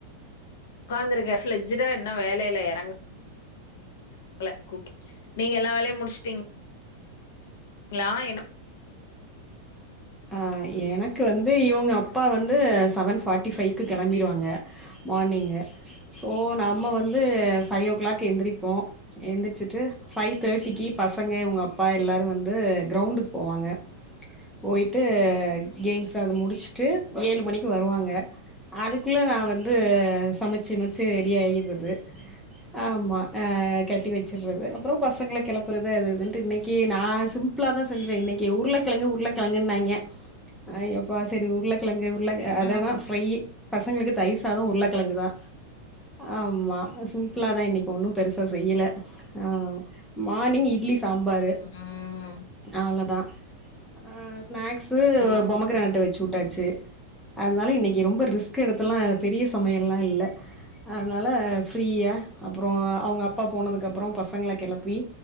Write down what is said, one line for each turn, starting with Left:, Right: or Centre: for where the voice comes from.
Left: உக்காந்துருக்கேன் ஃப்ளட்ஜுடா இன்னும் வேலையில இறங்க ல நீங்க எல்லா வேலையும் முடிச்சுட்டீங் களா என்ன
Centre: ஆ எனக்கு வந்து இவுங்க அப்பா வந்து செவன் ஃபார்ட்டி ஃபைவ்க்கு கிளம்பிருவாங்க மார்னிங்கு சோ நம்ம வந்து ஃபைவ் ஓ கிளாக் எந்திரிப்போம் எந்திரிச்சிட்டு ஃபைவ் தேர்ட்டிக்கு பசங்க இவுங்க அப்பா எல்லாரு வந்து க்ரௌண்டுக்கு போவாங்க போயிட்டு கேம்ஸ் அத முடிச்சுட்டு ஏழு மணிக்கு வருவாங்க அதுக்குள்ள நான் வந்து சமைச்சிமைச்சு ரெடி ஆகிடுறது ஆமாம் கட்டி வச்சுடுறது அப்புறம் பசங்கள கிளப்புறது அது இதுன்ட்டு இன்னைக்கி நா சிம்பிளா தான் செஞ்சேன் இன்னைக்கி உருள கிழங்கு உருளகிழங்கின்னாங்க ஐய் அப்பா சரி உருளைக்கிழங்கு இல்லங்க அத
Left: ம்.
Centre: தான் ஃப்ரையி பசங்களுக்கு தயிர் சாதம் உருளக்கிழங்கு தா ஆம்மா சிம்பிளா தா இன்னைக்கு ஒன்னும் பெருசா செய்யல அ மார்னிங் இட்லி சாம்பாரு
Left: ம்,
Centre: அவ்ளோ தா அ ஸ்னாக்ஸ் க்கு
Left: ம்.
Centre: போமோ கிரானைட் வச்சு விட்டாச்சி அதனால இன்னைக்கி ரொம்ப ரிஸ்க்கு எடுத்து எல்லா பெரிய சமையல் எல்லா இல்ல அதனால ஃப்ரீயா அப்றோ அவுங்க அப்பா போனதுக்கப்புறம் பசங்கள கிளப்பி